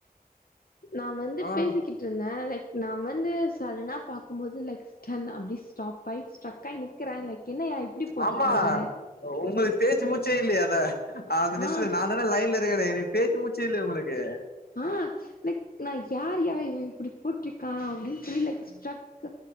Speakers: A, on the left; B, on the left.
A: நா வந்து
B: ஆ
A: பேசிக்கிட்ருந்தே லைக் நா வந்து சடனா பாக்கும்போது லைக் ஸ்டன் அப்டி ஸ்டாப் ஆயி் ஸ்ட்ரக் ஆயி நிக்கிறே லைக் என்னயா இப்டி போட்ருக்காங்க
B: ஆமா உங்களுக்கு பேச்சு மூச்சே இல்லைய அத அந்த நிமிசத்துல
A: ஆ
B: நானு நான்தா லைன்ல இருக்கேனே நீ பேச்சு மூச்சே இல்லயே உங்களுக்கு
A: ஆ லைக் நா யார்யா இவ இப்டி போட்ருக்கா அப்டின்னு சொல்லி லைக் ஸ்டரக்